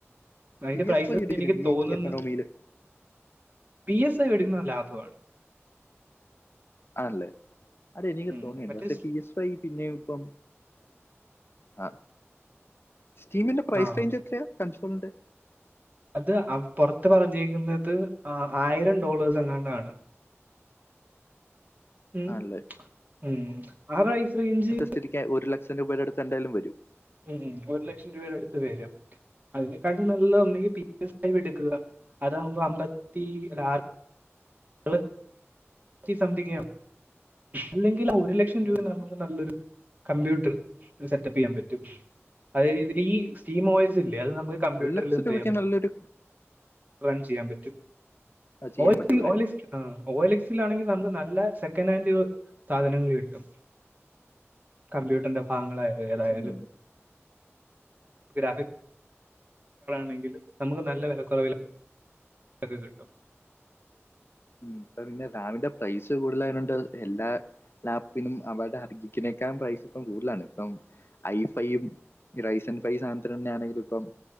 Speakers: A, on the right (about 35°); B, on the left (about 55°).
A: അതിന്റെ
B: പി
A: പ്രൈസ്
B: എസ് വൈ എടുക്കുന്നു
A: എനിക്ക് തോന്നുന്നു
B: ഈ എക്കണോമിയില്
A: പി എസ് ഐ എടുക്കുന്ന ലാഭമാണ്
B: ആണല്ലേ അത് എനിക്ക്
A: ഉം.
B: തോന്നിയിട്ടോ
A: മറ്റേ
B: പക്ഷേ
A: സ്-
B: പി എസ് ഇപ്പം ഈ പിന്നെ ഇപ്പം ആ സ്റ്റീമിന്റെ പ്രൈസ്
A: ആ
B: റേഞ്ച് എത്രയാ കൺസോൺണ്ട്
A: അത് പൊറത്ത് പറഞ്ഞേക്കുന്നത് ആയിരം ഡോളേഴ്സ് എങ്ങടോ ആണ് ഉ
B: ആണല്ലേ
A: ഉ ആ പ്രൈസ് റേഞ്ച്
B: ശെരിക്ക് ഒരു ലക്ഷം രൂപയുടെ അടുത്ത് എന്തായാലും വരും
A: ഉം ഒരു ലക്ഷം രൂപയുടെ അടുത്ത് വരും അതിനെക്കാട്ടിം നല്ല ഒന്നെകിൽ പി എസ് ഫൈവ് എടുക്കുക അതാകുമ്പോ അമ്പത്തി ആറ് ങ്ങള് സംതിങ്ങ് ആകും അല്ലെങ്കിൽ ഒരു ലക്ഷം രൂപ
B: ഉം.
A: നമുക്ക് നല്ലൊരു കമ്പ്യൂട്ടർ സെറ്റപ്പ് ചെയ്യാൻ പറ്റും അത് ഇതിൽ ഈ സ്റ്റീം ഓയിൽസ് ഇല്ലേ അത് നമുക്ക് കമ്പ്യൂട്ടറിൽ
B: ഒരു ലക്ഷം
A: എന്ത്
B: രൂപയ്ക്ക്
A: ചെയ്യാൻ പറ്റും
B: നല്ലൊരു
A: റൺ ചെയ്യാൻ പറ്റും
B: അത്
A: ഓ
B: ചെയ്യാൻ പറ്റൂലേ
A: ഓൽക്സ് ഓൽക്സ് ഓൽക്സിലാണെങ്കിൽ നമുക്ക് നല്ല സെക്കൻ് ഹാൻഡ് സാധനങ്ങൾ കിട്ടും കമ്പ്യൂട്ടറിന്റെ ഭാഗങ്ങളായാലും ഏതായാലും
B: ഉം.
A: ഗ്രാഫി ണെങ്കിൽ നമുക്ക് നല്ല വിലക്കുറവിൽ അത് കിട്ടും
B: ഇപ്പ പിന്നെ റാമിന്റെ പ്രൈസ് കൂടുതലായോണ്ട് എല്ലാ ലാപ് പിനും അവടെ അർഹിക്കിനേക്കാ പ്രൈസ് ഇപ്പം കൂട്ലാണ് ഇപ്പം ഐ ഫൈയ്യും റൈയ്സൻ ഫൈസ് <unintelligible> ആണേലുപ്പം